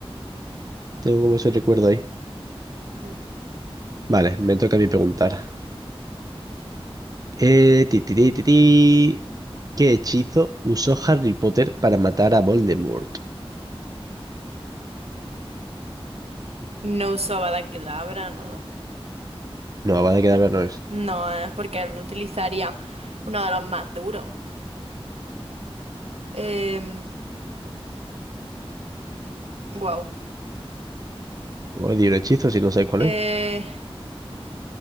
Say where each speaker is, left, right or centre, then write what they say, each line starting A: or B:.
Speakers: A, on the right; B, on the right.
A: tengo como ese recuerdo ahí.
B: N-
A: Vale, me toca a mí preguntar. Eh, ti, ti, ti, ti, ti. ¿Qué hechizo usó Harry Potter para matar a Voldemort?
B: No usaba la Kedavra, no.
A: No, van a quedar ver, no es.
B: No, eh, porque él no utilizaría uno de los más duros. Eh, wow.
A: Odio un hechizo si no sé cuál
B: Eh,
A: es.